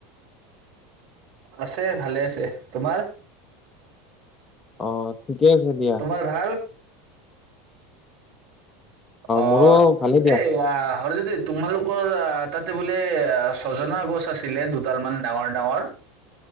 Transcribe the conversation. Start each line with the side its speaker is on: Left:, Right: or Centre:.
Right: আছে ভালে আছে, তোমাৰ?
Left: অ', ঠিকে আছে দিয়া।
Right: তোমাৰ ভাল অ',
Left: মোৰো ভালে দিয়া।
Right: এইয়া হৰজ্যোতি, তোমালোকৰ তাতে বোলে ছজনা গছ আছিলে দুডাল মান ডাঙৰ- ডাঙৰ।